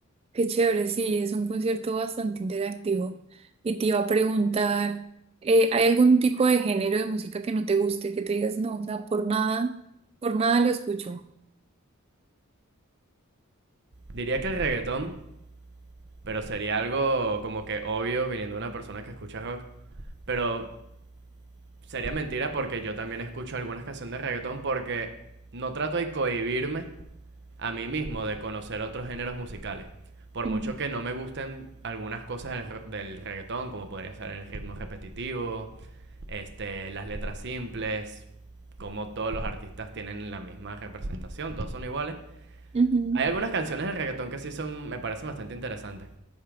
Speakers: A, on the right; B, on the right.
A: Qué chévere, sí, es un concierto bastante interactivo. Y te iba a preguntar, eh, ¿hay algún tipo de género de música que no te guste, que te digas, no, o sea, por nada, por nada lo escucho?
B: Diría que el reggaetón Pero sería algo como que obvio viniendo de una persona que escucha rock. Pero sería mentira porque yo también escucho algunas canciones de reggaetón porque no trato de cohibirme a mí mismo de conocer otros géneros musicales. Por
A: Ujú.
B: mucho que no me gusten algunas cosas del, re- del reggaetón, como podría ser el ritmo repetitivo, este, las letras simples, como todos los artistas tienen la misma representación, todos son iguales.
A: Ujú.
B: Hay algunas canciones del reggaetón que sí son, me parecen bastante interesantes